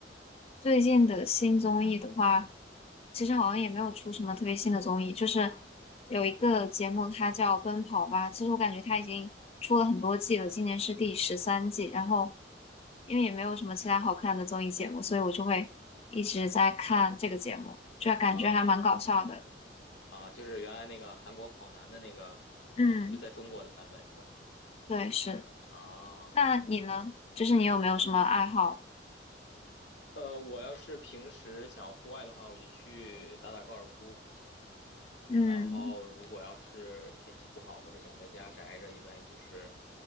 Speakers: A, on the left (about 35°); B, on the left (about 75°).
A: 最近的新综艺的话，其实好像也没有出什么特别新的综艺，就是有一个节目，它叫《奔跑吧》。其实我感觉它已经出了很多季了，今年是第十三季。然后因为也没有什么其他好看的综艺节目，所以我就会一直在看这个节目，就感觉还蛮搞笑的。
B: 啊啊，就是原来那个韩国跑男的那个，
A: 嗯，
B: 就在中国的版本是吧？
A: 对，是。
B: 啊，
A: 那你呢？就是你有没有什么爱好？
B: 呃，我要是平时想户外的话，我就去打打高尔夫。
A: 嗯，
B: 然后如果要是天气不好或者想在家宅着，一般也就是，